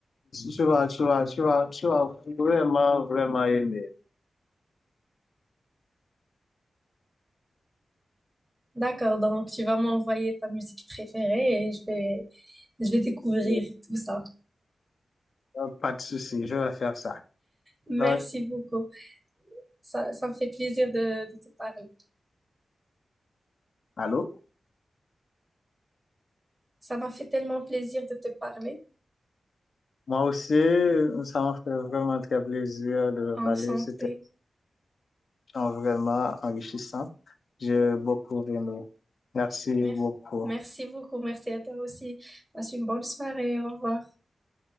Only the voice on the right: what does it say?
D'accord, donc tu vas m'envoyer ta musique préférée et je vais, je vais découvrir
tout ça.
Merci
beaucoup. Ça, ça me fait plaisir de, de te parler.
Ça m'a fait tellement plaisir de te parler.
Enchantée.
Mer-
Merci beaucoup. Merci à toi aussi. Passe une bonne soirée. Au revoir.